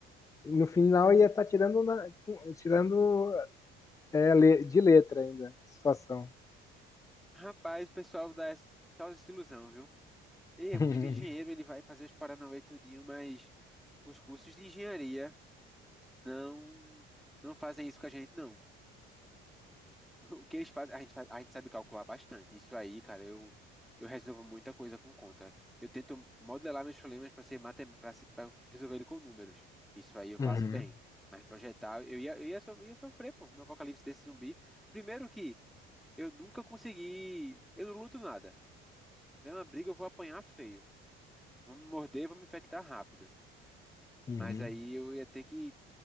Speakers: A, on the left (about 15°); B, in the centre.
A: No final ia estar tirando, na- com- tirando é, le- de letra ainda a situação.
B: rapaz, o pessoal dá essa tal desilusão, viu? Ei,
A: <laughs>
B: Augusto é engenheiro, ele vai fazer os paranauê tudinho, mas os cursos de engenharia não, não fazem isso com a gente, não. O que eles fazem, a gente, faz- a gente sabe calcular bastante. Isso aí, cara, eu, eu resolvo muita coisa com conta. Eu tento modelar meus problemas para ser matem para resolver ele com números. Isso aí eu faço
A: Uhum,
B: bem. Mas projetar, eu ia, eu ia, so- ia sofrer, pô, no apocalipse desse zumbi. Primeiro que eu nunca consegui, eu não luto nada. Vem uma briga, eu vou apanhar feio. Vão me morder, vão me infectar rápido.
A: uhum.
B: Mas aí eu ia ter que,